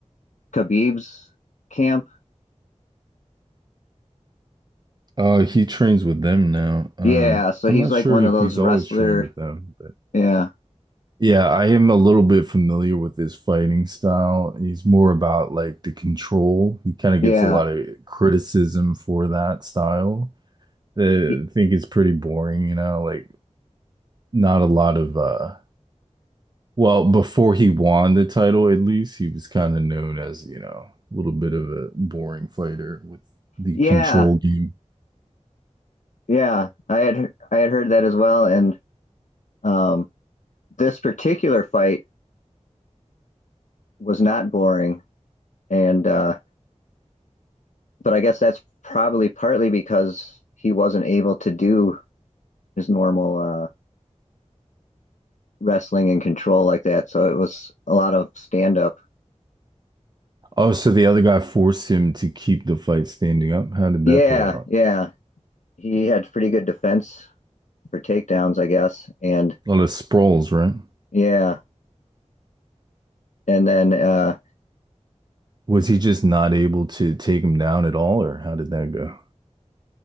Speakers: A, on the left; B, on the right.
A: Khabib's camp.
B: Uh, he trains with them now. Um,
A: Yeah, so
B: I'm
A: he's
B: not
A: like
B: sure
A: one
B: if
A: of those
B: he's
A: wrestler.
B: always trained with them,
A: Yeah,
B: Yeah, I am a little bit familiar with his fighting style. He's more about like the control. He kind of
A: yeah,
B: gets a lot of criticism for that style. Uh,
A: Y-
B: I think it's pretty boring, you know, like not a lot of uh well, before he won the title at least, he was kind of known as, you know, a little bit of a boring fighter with the
A: yeah,
B: control game.
A: yeah. I had he- I had heard that as well, and um, this particular fight was not boring, and uh, but I guess that's probably partly because he wasn't able to do his normal uh, wrestling and control like that, so it was a lot of stand up.
B: Oh, so the other guy forced him to keep the fight standing up. How did
A: Yeah,
B: that play out?
A: yeah. He had pretty good defense for takedowns, I guess. And
B: A lot of sprawls, right?
A: yeah, and then uh
B: Was he just not able to take him down at all, or how did that go?